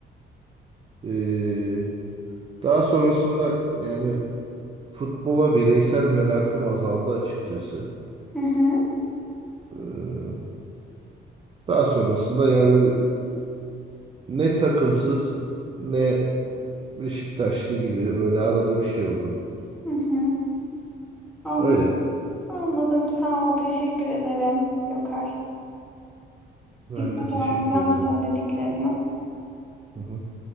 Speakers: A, on the right; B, in the centre.
A: Ee, daha sonrasında yani futbola bireysel merakım azaldı açıkçası.
B: Hı hı.
A: Ee, daha sonrasında yani böyle ne takımsız ne Beşiktaşlı gibi böyle arada bir şey oldum.
B: Hı hı. Anladım.
A: Öyle.
B: Anladım. Sağ ol. Teşekkür ederim. Gökay.
A: Ben
B: Dikkate
A: de teşekkür
B: alacağım
A: ederim.
B: söylediklerini.
A: Hı hı.